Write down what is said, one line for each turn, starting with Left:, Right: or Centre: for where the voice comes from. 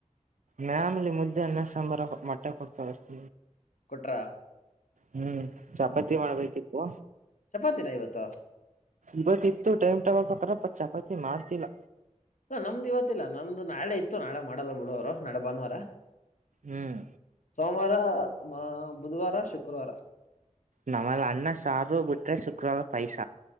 Right: ಮ್ಯಾಮ್ಲಿ ಮುದ್ದೆ ಅನ್ನ ಸಾಂಬಾರ ಮಟ್ಟೆ ಕೊಡ್ತಾರೆಷ್ಟ
Left: ಕೊಟ್ರಾ
Right: ಹ್ಮ್ ಚಪಾತಿ ಮಾಡ್ಬೇಕಿತ್ತು
Left: ಚಪಾತಿನ ಇವತ್ತು
Right: ಇವತ್ತ ಇತ್ತು ಟೈಮ್ ಟ ಅ್ರಪ್ಪ ಚಪಾತಿ ಮಾಡ್ತಿಲ್ಲ
Left: ನಮ್ದು ಇವತ್ತಿಲ್ಲ ನಮ್ದ ನಾಳೆ ಇತ್ತು ನಾಳೆ ಮಾಡಲ್ಲ ಬಿಡುೋ ನಡ ಭಾನುವಾರ
Right: ಹ್ಮ್
Left: ಸೋಮ ಸೋಮವಾರ ಮ ಬುಧವಾರ ಶುಕ್ರವಾರ
Right: ನಮ್ಮಲ್ ಅಣ್ಣ ಸಾರು ಬಿಟ್ರೆ ಶುಕ್ರವಾರ ಪೈಸ